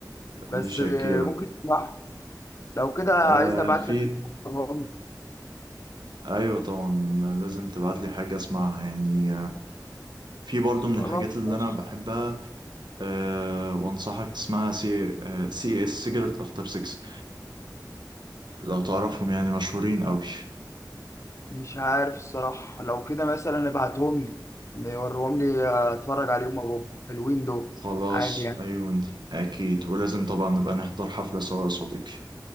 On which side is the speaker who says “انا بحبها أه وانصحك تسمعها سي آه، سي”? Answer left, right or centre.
Right